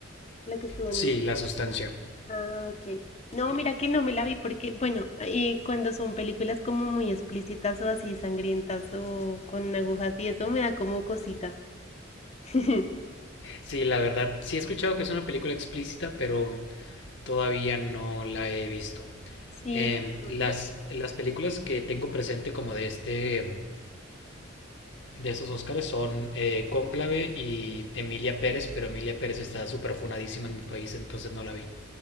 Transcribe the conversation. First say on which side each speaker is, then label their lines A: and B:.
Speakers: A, on the left; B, on the left.
A: la que estuvo
B: sí,
A: nominada.
B: La Sustancia.
A: Ah, ok. No, mira que no me la vi porque, bueno, eh, cuando son películas como muy explícitas o así sangrientas o con agujas y eso me da como cosita. <laughs>
B: Sí, la verdad, sí he escuchado que es una película explícita, pero todavía no la he visto.
A: Sí,
B: Eh, las,
A: yo-
B: las películas que tengo presente como de este de esos Oscars son eh, Cónclave y Emilia Pérez, pero Emilia Pérez está súper funadísima en mi país, entonces no la vi.